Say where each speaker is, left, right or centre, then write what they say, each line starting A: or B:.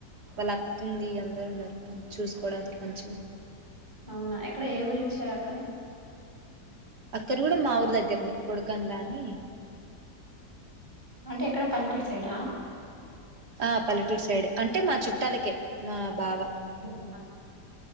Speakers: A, on the right (about 75°); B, on the right (about 25°).
A: వాళ్ళ అత్త ఉంది అందరు ఉన్నారు తనను చూసుకోవడానికి మంచిగా
B: అవునా ఎక్కడ ఎ ఊరిచ్చారు అక్కనీ
A: అక్క ని కూడా మా ఊరి దగ్గరని కొడకన్లా అని
B: అంటే ఎక్కడ పల్లెటూరు సైడా
A: ఆ పల్లెటూరు సైడె అంటే మా చుట్టాలకే మా బావ
B: అవును